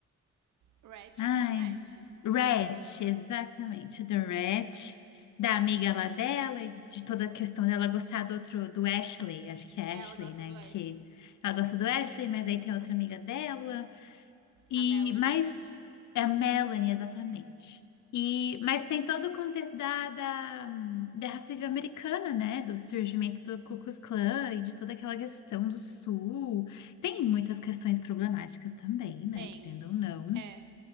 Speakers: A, on the right (about 85°); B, on the left (about 80°).
A: Ratch,
B: Ai,
A: não é Ratch?
B: Ratch, exatamente, do Ratch, da amiga lá dela e de toda a questão dela gostar do outro, do Ashley, acho que é
A: Ela
B: Ashley,
A: gosta
B: né?
A: do Ash.
B: Que ela gosta do Ashley, mas aí tem outra amiga dela. E,
A: A Melanie.
B: mas é a Melanie, exatamente. E, mas tem todo o contexto da, da, hum, Guerra Civil Americana, né? Do surgimento do Ku Klux Klan e de toda aquela questão do Sul. Tem muitas questões problemáticas também, né?
A: Tem.
B: Querendo ou não.
A: É.